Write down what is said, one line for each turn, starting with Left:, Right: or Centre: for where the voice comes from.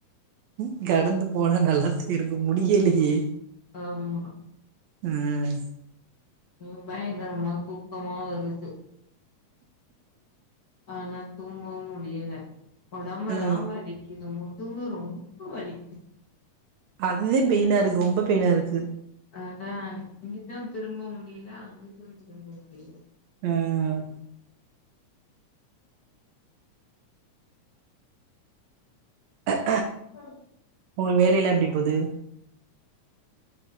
Right: ம் கடந்து போனா நல்லத்தா இருக்கோ முடியலயே
Left: ஆமா ஆமா
Right: ம்
Left: ம் பயங்கரமா தூக்கமா வருது ஆனா தூங்கவு முடியல ஒடம்பெல்லா
Right: ம்
Left: வலிக்குது மு தூங்க ரொம்ப வலி
Right: அதுதா பெயினா இருக்கு ரொம்ப பெயினா இருக்கு
Left: அஆ இங்கிட்டும் திரும்ப முடில அங்கட்டும் திரும்ப முடில
Right: ம் அ
Left: ஹலோ
Right: உங்க வேலல்லாம் எப்டி போது